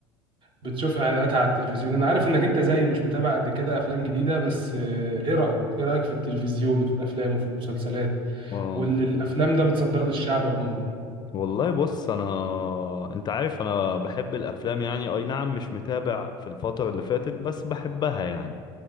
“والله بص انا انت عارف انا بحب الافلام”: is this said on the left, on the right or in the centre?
Left